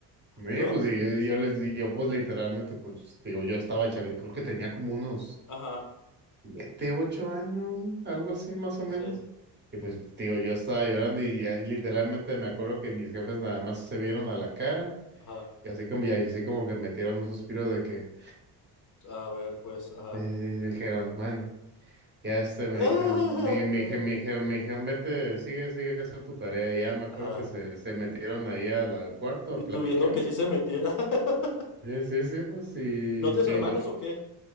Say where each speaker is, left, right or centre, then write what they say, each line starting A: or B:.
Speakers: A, on the right; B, on the left.
A: Sí,
B: ¿no?
A: pues y yo, yo les, y yo pues literalmente, pues digo, yo estaba chavito, creo que tenía como unos
B: Ajá,
A: siete, ocho años, güey, algo así más o
B: sí,
A: menos. Y pues, digo, yo estaba llorando y ya literalmente me acuerdo que mis jefes nada más se vieron a la cara
B: ajá.
A: y así como, y así como que metieron un suspiro de que
B: A ver, pues, ajá.
A: eh, dijeron, bueno, ya este me
B: <laughs> Ah,
A: dijeron, me, me,
B: ah,
A: dije- me dijeron, me dijeron, vete, sigue, sigue, a hacer tu tarea. Y ya me acuerdo
B: Ajá.
A: que se, se metieron ahí al, al cuarto a
B: Y
A: platicar.
B: tú viendo que sí se metiera. <laughs>
A: Sí, sí, sí, pues sí
B: ¿Y ¿No tienes
A: te
B: hermanos
A: digo,
B: o qué?